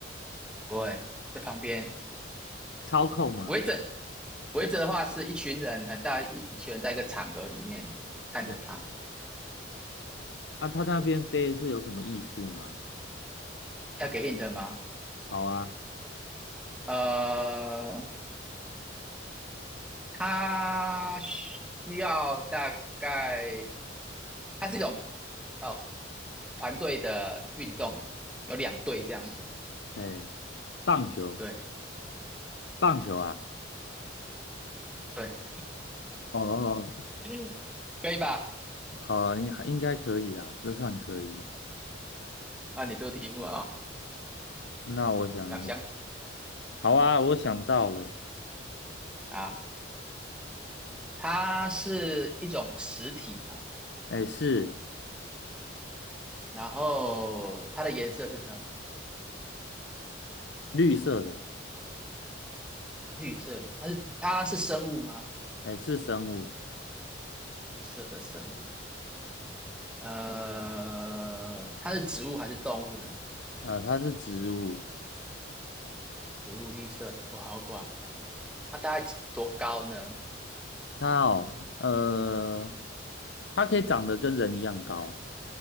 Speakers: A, in the centre; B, on the left.
A: 不会在旁边
B: 操控吗？
A: 围着围着的话，是一群人很大一一群人在一个场合里面看着他，
B: 哎，啊，他那边飞是有什么意思吗？
A: 要给 hint 吗？
B: 好啊，
A: 呃，他需要大概，它是一种哦团队的运动，有两队这样子，
B: 哎，棒球，
A: 对
B: 棒球啊。
A: 对，
B: 哦，
A: <laughs> 可以吧？
B: 呃，应应该可以啦，这算可以。
A: 那你做题目啊、哦，
B: 那我想一下，
A: 小香
B: 好啊，我想到了，
A: 啊，它是一种实体嘛，
B: 哎，是
A: 然后它的颜色是什么？
B: 绿色的，
A: 绿色的，它是它是生物吗？
B: 哎，是生物，
A: 绿色的生物，呃，它是植物还是动物呢？
B: 呃，它是植物，
A: 植物绿色的，哇，好广哦。它大概多高呢？
B: 它哦，呃，它可以长得跟人一样高，